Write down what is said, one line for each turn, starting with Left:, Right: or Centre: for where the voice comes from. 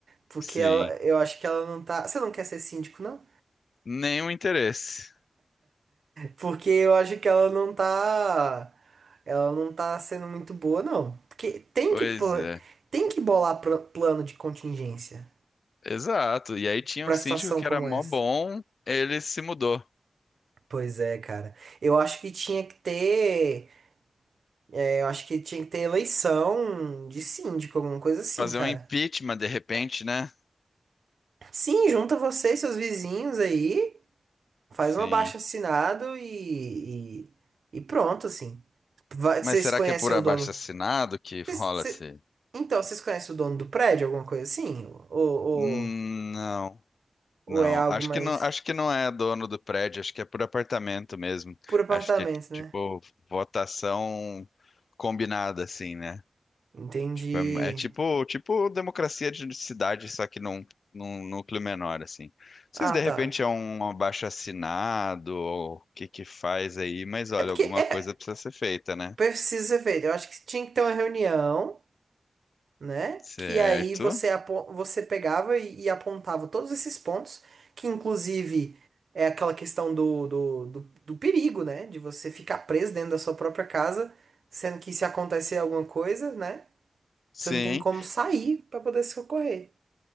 Right: Porque
Left: Sim,
Right: ela, eu acho que ela não tá. Você não quer ser síndico, não?
Left: nenhum interesse.
Right: Porque eu acho que ela não tá. Ela não tá sendo muito boa, não. Porque tem
Left: Pois
Right: que, pla-
Left: é,
Right: tem que bolar pla- plano de contingência
Left: exato. E aí tinha
Right: pra
Left: um síndico
Right: situação
Left: que
Right: como
Left: era mó
Right: essa.
Left: bom, ele se mudou.
Right: Pois é, cara. Eu acho que tinha que ter. é, Eu acho que tinha que ter eleição de síndico, alguma coisa assim,
Left: Fazer
Right: cara.
Left: um impeachment de repente, né?
Right: Sim, junta você e seus vizinhos aí, faz
Left: Sim.
Right: um abaixo-assinado e, e, e pronto, assim. Vai-
Left: Mas
Right: Vocês
Left: será
Right: conhecem
Left: que é por abaixo-assinado
Right: o dono?
Left: que rola-se?
Right: Vocês- cê- então, vocês conhecem o dono do prédio, alguma coisa assim? Ou, ou,
Left: Hum, não,
Right: ou
Left: não.
Right: é algo
Left: Acho
Right: mais
Left: que não, acho que não é dono do prédio, acho que é por apartamento mesmo.
Right: por apartamento,
Left: Acho que é tipo
Right: né?
Left: votação combinada, assim, né?
Right: Entendi.
Left: Tipo, é, é tipo, tipo democracia de cidade, só que num, num núcleo menor, assim. Não sei
Right: Ah,
Left: se de repente
Right: tá.
Left: é um abaixo-assinado ou o que que faz aí, mas olha,
Right: É porque
Left: alguma coisa
Right: é,
Left: precisa ser feita, né?
Right: precisa ser feito. Eu acho que tinha que ter uma reunião. né?
Left: Certo.
Right: Que aí você, apo- você pegava e, e apontava todos esses pontos, que inclusive é aquela questão do, do, do, do perigo, né? De você ficar preso dentro da sua própria casa, sendo que se acontecer alguma coisa, né?
Left: Sim,
Right: Você não tem como sair para poder se socorrer.